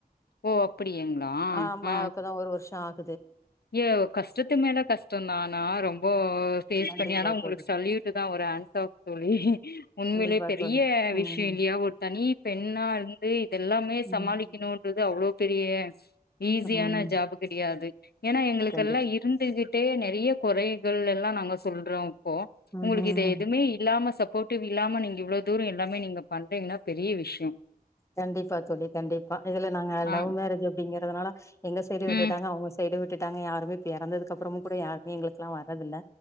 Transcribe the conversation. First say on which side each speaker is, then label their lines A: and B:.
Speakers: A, on the left; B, on the left.
A: ஓ அப்படியங்களா
B: ஆமா
A: ஆ
B: இப்பதா ஒரு வருஷ ஷான்
A: ஏ கஷ்டத்து மேல கஷ்டோ தா ஆனா ரொம்ப ஃபேஸ்
B: கண்டிப்பா
A: பண்ணி ஆனா உங்களுக்கு
B: தோழி
A: சல்யூட் தா ஒரு ஆன்சப் தோழி உண்மைலே
B: கண்டிப்பா
A: பெரிய
B: தோழி ம்
A: விஷ்யொ இல்லயா ஒரு தனி பெண்ணா இருந்து இதெல்லாமே
B: ம்
A: சமாளிக்கணுன்றது அவ்ளோ பெரிய ஈஸியான
B: ம்
A: ஜாபு கடியாது ஏனா எங்களுக்கெல்லா
B: கண்டிப்பா
A: இருந்துகு ட்டே நெறைய கொறைகள் எல்லா நாங்க சொல்றோ இப்போ
B: ம்
A: உங்களுக்கு இத எதுமே இல்லாம சப் போட்டிவ் இல்லாம நீங்க இவ்ளோ தூரொ எல்லாமே நீங்க பண்றீங்னா பெரிய விஷ்
B: கண்டிப்பா தோழி கண்டிப்பா இதுல நாங்க லவ்
A: ஆ
B: மேரேஜ் அப்டிங்கிறதுனால எங்க சைடு விட்டுட்டாங்க
A: ம்
B: அவுங்க சைடு விட் டுட்டாங்க யாருமே இப்ப எறந்ததுக்கப்றமு கூட யாருமே எங்களுக்லா வர்றதுல்ல